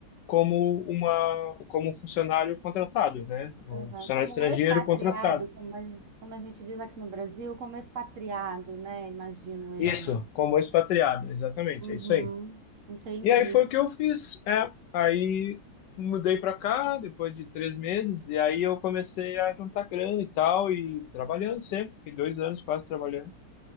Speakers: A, on the left (about 70°); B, on the right (about 65°).
A: como uma como um funcionário contratado, né? Um
B: Aham,
A: funcionário
B: Como
A: estrangeiro
B: um expatriado,
A: contratado.
B: como a, como a gente diz aqui no Brasil, como expatriado, né? Imagino eu,
A: Isso,
B: né?
A: como expatriado, exatamente,
B: Uhum,
A: é isso aí.
B: entendi.
A: E aí foi o que eu fiz. É, aí mudei para cá depois de três meses e aí eu comecei a juntar grana e tal e trabalhando sempre. Fiquei dois anos quase trabalhando